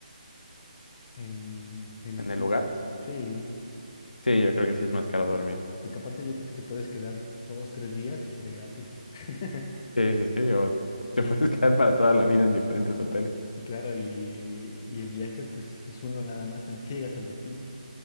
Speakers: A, on the left; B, on the left.
A: en, en
B: en
A: hoteles.
B: el lugar?
A: gr- Sí,
B: Sí, yo creo que sí es más caro dormir.
A: porque aparte yo creo que te puedes quedar dos, tres días y sería gratis. <laughs>
B: Sí, sí, sí, o te
A: Y,
B: puedes <laughs> quedar para toda la vida en diferentes hoteles.
A: Sí, claro, y, y el viaje pues es uno nada más en el que <laughs> llegas al destino.